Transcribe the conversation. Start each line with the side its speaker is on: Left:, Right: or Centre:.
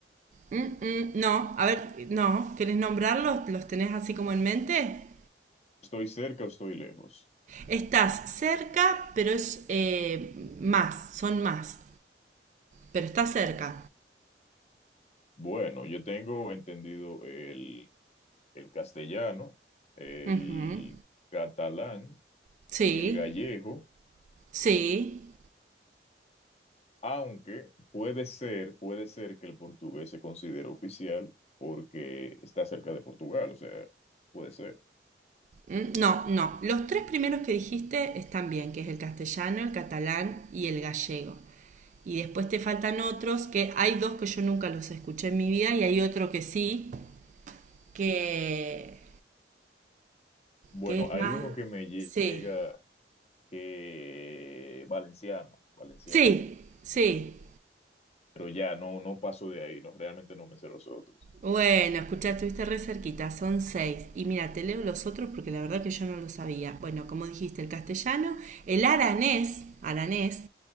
Right: Mm, mm, no, a ver, no, ¿querés nombrarlos? ¿Los tenés así como en mente?
Left: ¿Estoy cerca o estoy lejos?
Right: Estás cerca, pero es eh, más, son más, pero está cerca.
Left: Bueno, yo tengo entendido el, el castellano, el
Right: Ujú.
Left: catalán,
Right: Sí,
Left: el gallego,
Right: sí.
Left: aunque puede ser, puede ser que el portugués se considere oficial porque está cerca de Portugal, o sea, puede ser.
Right: ¿Mm? No, no. Los tres primeros que dijiste están bien, que es el castellano, el catalán y el gallego. Y después te faltan otros, que hay dos que yo nunca los escuché en mi vida y hay otro que sí, que,
Left: Bueno,
Right: que es
Left: hay
Right: más...
Left: uno que me llega
Right: Sí,
Left: eh, valenciano, valenciano,
Right: sí, sí.
Left: pero ya no, no paso de ahí, no, realmente no me sé los otros.
Right: Bueno, escucha, estuviste re cerquita, son seis. Y mira, te leo los otros porque la verdad que yo no lo sabía. Bueno, como dijiste, el castellano, el aranés, aranés,